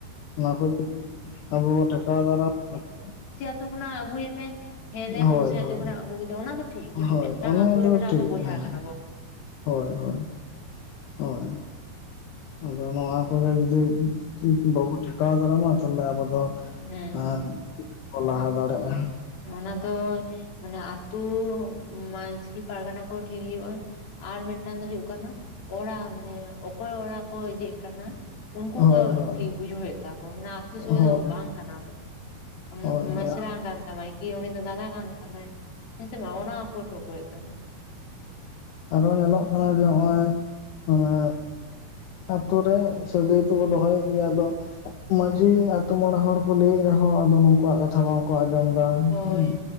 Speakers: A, on the left; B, on the left.
A: ᱚᱱᱟ ᱠᱚ ᱟᱵᱚ ᱵᱚ ᱴᱷᱮᱠᱟᱣ ᱫᱟᱨᱟᱢ ᱫᱚᱨᱠᱟᱨ᱾
B: ᱛᱚ ᱠᱷᱚᱱᱟᱜ ᱟᱹᱜᱩᱭ ᱢᱮ᱾ ᱦᱮᱸ ᱞᱮ ᱯᱩᱲᱥᱤ
A: ᱦᱳᱭ
B: ᱟᱹᱛᱳ
A: ᱦᱳᱭ
B: ᱠᱷᱚᱱᱟᱜ ᱟᱹᱜᱩ ᱠᱮᱫᱟ ᱚᱱᱟ ᱫᱚ ᱴᱷᱤᱠ ᱠᱤᱱᱛᱩ
A: ᱦᱳᱭ
B: ᱢᱤᱫᱴᱟᱝ
A: ᱚᱱᱟ
B: ᱟᱛᱳ ᱨᱮ
A: ᱫᱚ
B: ᱢᱟᱱᱮ ᱟᱵᱚ
A: ᱴᱷᱤᱠ
B: ᱵᱚᱭᱦᱟ
A: ᱦᱮᱸ
B: ᱠᱟᱱᱟ ᱵᱚᱱ᱾
A: ᱦᱳᱭ ᱦᱳᱭ᱾ ᱦᱳᱭ ᱟᱫᱚ ᱱᱚᱣᱟ ᱠᱚᱜᱮ ᱡᱩᱫᱤ ᱵᱟᱵᱩ ᱴᱷᱤᱠ᱾ ᱴᱮᱠᱟᱣ ᱫᱟᱨᱟᱢᱟ ᱛᱟᱦᱚᱞᱮ ᱟᱵᱚ ᱫᱚ
B: ᱦᱮᱸ
A: ᱮ ᱵᱟᱵᱚ ᱞᱟᱦᱟ ᱫᱟᱲᱮᱭᱟᱜᱼᱟ᱾
B: ᱚᱱᱟ ᱫᱚ ᱢᱟᱱᱮ ᱟᱛᱳ ᱢᱟᱺᱡᱷᱤ ᱯᱟᱨᱜᱟᱱᱟ᱾ ᱴᱷᱤᱠᱳᱭᱳᱜᱼᱟ ᱟᱨ ᱢᱤᱫᱴᱟᱝ ᱫᱚ ᱦᱳᱭᱳᱜ ᱠᱟᱱᱟ᱾ ᱚᱲᱟᱜ ᱢᱟᱱᱮ ᱚᱠᱚᱭ ᱚᱲᱟᱜ ᱠᱚ ᱤᱡᱟᱜ ᱠᱟᱱᱟ? ᱩᱱᱠᱩ
A: ᱦᱳᱭ
B: ᱠᱚ
A: ᱦᱳᱭ ᱦᱳᱭ
B: ᱴᱷᱤᱠ ᱵᱩᱡᱷᱟᱹᱣ ᱦᱩᱭᱩᱜ ᱛᱟᱠᱚᱣᱟ ᱢᱟᱱᱮ ᱟᱛᱩ ᱥᱟᱜᱟᱹᱭ
A: ᱦᱳᱭ
B: ᱫᱚ ᱵᱟᱝ᱾ ᱠᱟᱱᱟ ᱵᱚ ᱟᱢ
A: ᱦᱳᱭ
B: ᱫᱚ ᱢᱤᱥᱨᱟ
A: ᱦᱳᱭ
B: ᱠᱟᱱ ᱛᱟᱢᱟ ᱠᱤ? ᱩᱱᱤ ᱫᱚ ᱫᱟᱫᱟ ᱠᱟᱱ ᱛᱟᱢᱟᱭ᱾ ᱦᱮᱸᱥᱮ ᱵᱟᱝ? ᱚᱱᱟᱠᱚ ᱴᱷᱟᱹᱣᱠᱚ ᱦᱩᱭᱩᱜ ᱛᱟᱵᱚᱱᱟ᱾
A: ᱟᱫᱚ ᱧᱮᱞᱚᱜ ᱡᱟᱱᱟ ᱡᱮ ᱦᱚᱜᱚᱭ ᱚᱱᱮ᱾ ᱟᱛᱳ ᱨᱮ ᱥᱟᱹᱜᱟᱹᱭ ᱛᱚ ᱠᱚ ᱫᱚᱦᱚᱭᱮᱫ ᱜᱮᱭᱟ ᱟᱫᱚ, ᱢᱟᱺᱡᱷᱤ ᱟᱛᱳ ᱢᱚᱬᱮ ᱦᱚᱲᱠᱩ ᱞᱟᱹᱭᱮᱫ ᱨᱮᱦᱚᱸ ᱟᱫᱚ ᱱᱩᱠᱩᱣᱟᱜ ᱠᱟᱛᱷᱟ, ᱵᱟᱝᱠᱚ ᱟᱸᱡᱚᱢ ᱮᱫᱟ
B: ᱦᱳᱭ
A: ᱦᱮᱸ